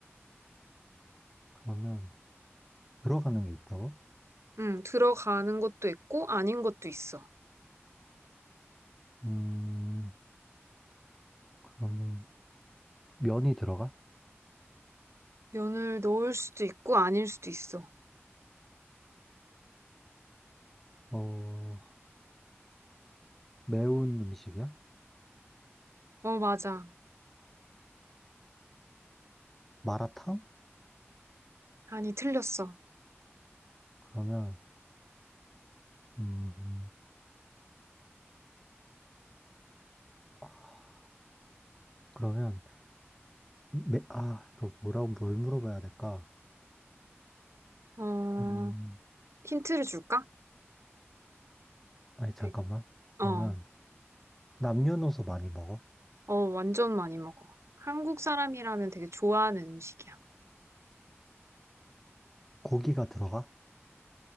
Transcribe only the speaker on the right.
응, 들어가는 것도 있고, 아닌 것도 있어.
면을 넣을 수도 있고, 아닐 수도 있어.
어, 맞아.
아니, 틀렸어.
어,
힌트를 줄까?
되- 어,
어, 완전 많이 먹어. 한국 사람이라면 되게 좋아하는 음식이야.